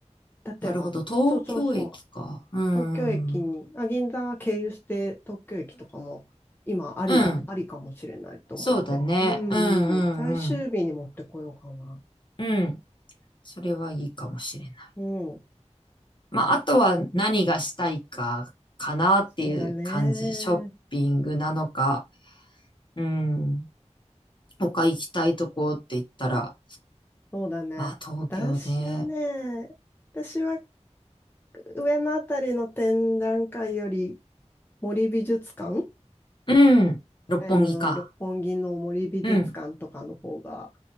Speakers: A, on the left; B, on the left.
A: 例えば、
B: なるほど。東京駅か。
A: そうそうそう、
B: うん。
A: 東京駅に、
B: うん。
A: あ、銀座経由して東京駅とかも、今ありだ、
B: うん。
A: ありかもしれないと思って。
B: そうだね。
A: うんうん、
B: うんうんうん。
A: 最終日に持ってこようかな。
B: うん。それはいいかもしれない。
A: うん、
B: まあ、あとは何がしたいかかなっていう感じ。
A: そうだね。
B: ショッピングなのか、うん。他行きたいとこって言ったら、
A: そうだね。
B: まあ、東京ね。
A: 私はね、私は上のあたりの展覧会より森美術館
B: うん。六本木か。
A: あの、六本木の森美術館とかの方が、
B: うん。